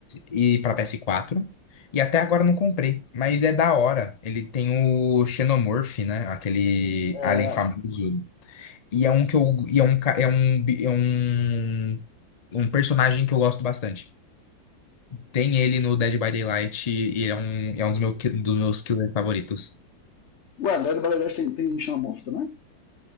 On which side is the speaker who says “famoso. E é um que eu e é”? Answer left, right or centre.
Left